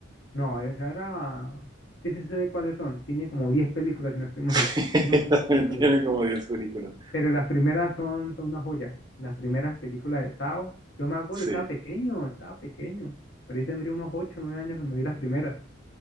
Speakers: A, on the left (about 70°); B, on the right (about 20°).
A: No, esa era... Sí, sí sé cuáles son. Tiene como 10 películas, si no estoy mal.
B: <laughs>
A: <laughs> Tiene muchas
B: También
A: películas.
B: tiene como 10 películas.
A: Pero las primeras son, son una joya. Las primeras películas de Sao. Yo me acuerdo,
B: Sí.
A: estaba pequeño, estaba pequeño. Por ahí tendría unos 8 9 años cuando vi las primeras.